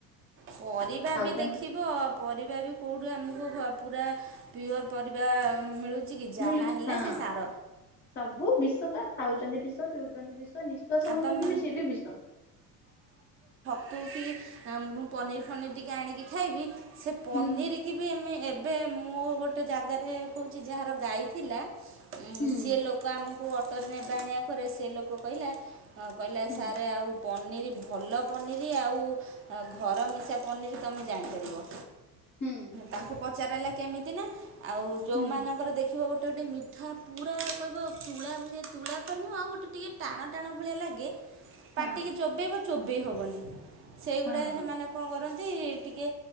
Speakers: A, on the right; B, on the left.
A: ପରିବା
B: ଖାଉଛନ୍ତି
A: ବି ଦେଖିବ ପରିବା ବି କୋଉଠୁ ଆମକୁ ଭ ପୁରା ପିଓର ପରିବା ମିଳୁଛି? କି ଯାହା
B: ମିଳୁଛି
A: ହେଲା
B: ହଁ
A: ସେ ସାର
B: ସବୁ ବିଷ ତ ଖାଉଛନ୍ତି ବିଷ ପିଉ <unintelligible> ନିଶ୍ୱାସ
A: ଆଉ
B: ନଉଛନ୍ତି
A: ତମେ
B: ବି ସେ ବି ବିଷ।
A: ତୁ କି ମୁଁ ପନିର୍ ଫନିର ଟିକେ ଆଣିକି ଖାଇବି। ସେ ପନିର
B: ହୁଁ
A: କି ବି ଆମେ ଏବେ ମୁଁ ଗୋଟେ ଜାଗାରେ କହୁଛି ଯାହାର ଗାଈ ଥିଲା
B: ହୁଁ
A: ସିଏ ଲୋକ ଆମ ଜୋଉ ଅଟୋରେ ନେବା ଆଣିବା କରେ ସେ ଲୋକ କହିଲା କହିଲା
B: ହୁଁ
A: ସାର୍ ଆଉ ପନିର୍ ଭଲ ପନିରି ଆଉ ଘର ମିଶା ପନିରି ତମେ ଜାଣିପାରିବ।
B: ହୁଁ ହୁଁ
A: ତାଙ୍କୁ ପଚାରାହେଲା କେମିତି ନା ଆଉ ଯୋଉମାନଙ୍କର
B: ହୁଁ
A: ଦେଖିବୁ ଗୋଟେ ଗୋଟେ ମିଠା ପୁରା କହିବ ତୁଳା ଭଳିଆ ତୁଳା ତ ନୁହଁ ଗୋଟେ ଟିକେ ଟାଣ ଟାଣ ଭଳିଆ ଲାଗେ ପାଟିକି
B: ହଁ
A: ଚୋବେଇବ ଚୋବେଇ ହବନି। ସେଇଗୁଡ଼ା
B: ହଁ ହଁ
A: ସେମାନେ କଣ କରନ୍ତି? ଟିକେ